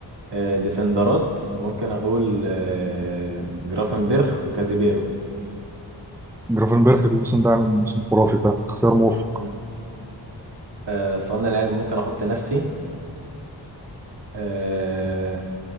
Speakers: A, on the right; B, in the centre.
A: آه، ديفندرات ممكن اقول آه، جرافنبرخ وكازيبيرو
B: جرافنبرخ الموسم ده عامل موسم خرافي فعلا اختيار موفق
A: مم. آه، صانع لعب ممكن احط نفسي آه،